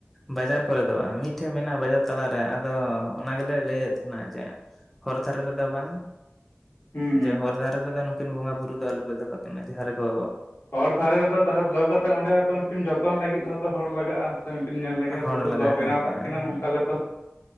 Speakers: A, in the centre; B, on the left.
A: ᱵᱟᱡᱟᱨ ᱠᱚᱨᱮ ᱫᱚ ᱵᱟᱝ ᱢᱤᱫᱴᱷᱮᱱ ᱢᱮᱱᱟᱜᱼᱟ ᱵᱟᱡᱟᱨ ᱛᱟᱞᱟᱨᱮ ᱟᱫᱚ ᱚᱱᱟ ᱜᱮᱞᱮ ᱞᱟᱹᱭᱮᱫ ᱛᱟᱦᱮᱱᱟ ᱡᱮ ᱦᱚᱨ ᱫᱷᱟᱨᱮ ᱨᱮᱫᱚ ᱵᱟᱝ
B: ᱦᱩᱸ ᱦᱩᱸ
A: ᱡᱮ ᱦᱚᱨ ᱫᱷᱟᱨᱮ ᱨᱮᱫᱚ ᱱᱩᱠᱤᱱ ᱵᱚᱸᱜᱟ ᱵᱩᱨᱩ ᱱᱩᱠᱩ ᱫᱚ ᱟᱞᱳ ᱯᱮ ᱫᱚᱦᱚᱜᱚᱠᱤᱱᱟ ᱡᱟᱦᱟᱸᱨᱮᱠᱚ
B: ᱦᱚᱲ ᱫᱷᱟᱨᱮ ᱨᱮᱫᱚ ᱛᱟᱦᱚᱞᱮ ᱫᱚᱦᱚ ᱠᱟᱛᱮᱫ ᱚᱸᱰᱮᱚ ᱩᱱᱠᱤᱱ ᱡᱚᱛᱚᱱ ᱞᱟᱹᱜᱤᱫ ᱦᱚᱸᱛᱚ ᱦᱚᱲ ᱞᱟᱜᱟᱜᱼᱟ ᱩᱱᱠᱤᱱ ᱧᱮᱞ ᱞᱮᱜᱮ
A: ᱦᱚᱲ
B: ᱦᱚᱛᱚ
A: ᱞᱟᱜᱟ
B: ᱵᱮᱱᱟᱣ
A: ᱦᱮᱸ
B: ᱟᱠᱟᱫ
A: ᱦᱮᱸ
B: ᱠᱤᱱᱟᱢ
A: ᱦᱮᱸ
B: ᱚᱱᱠᱟ ᱦᱚᱛᱚ